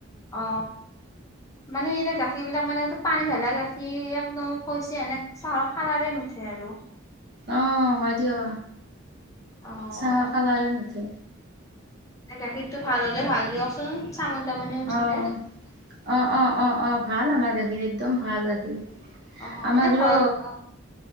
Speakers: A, on the left; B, on the right.
A: অ মানে এই যে গাখীৰ বিলাক মানে পানী ঢালা গাখীৰ একদম কৈছে এনে চাহৰ কালাৰে নুঠে আৰু
B: অ' হয় দিয়া
A: অ
B: চাহ খালা তেন্তে
A: গাখীৰটো ভাল হলে ভাল দিয়কচোন। চামনি তামনি উঠিলে
B: অ', অ', অ', অ', অ', ভাল আমাৰ গাখীৰ একদম ভাল গাখীৰ।
A: অ
B: আমাৰ
A: এতিয়া
B: ঘৰো।
A: ঘৰত অ